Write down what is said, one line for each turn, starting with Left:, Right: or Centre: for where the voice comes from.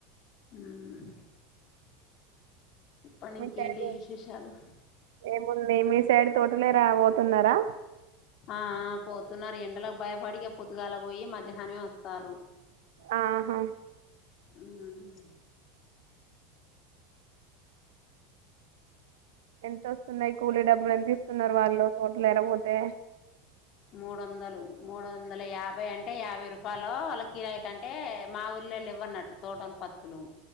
Left: మ్మ్ చెప్పండి
Right: మీ
Left: ఇంకేంటి
Right: సైడ్
Left: విశేషాలు
Right: ఏముంది మీ సైడ్ తోటలే రా పోతున్నారా
Left: ఆ ఆ పోతున్నారు ఎండలకు భయపడిక పొతుగాల పోయి మధ్యాహ్నమే వస్తారు
Right: ఆహా
Left: మ్మ్
Right: ఎంతొస్తున్నాయి కూలీ డబ్బులు ఎంత ఇస్తున్నారు వాళ్ళు తోటలు ఎరపోతే
Left: మూడు వందలు మూడు వందల యాభై అంటే యాభై రూపాయలు వాళ్ళ కిరాయి కంటే మా ఊరి లు లెవ్వన్నట్టు తోటోల పత్తులు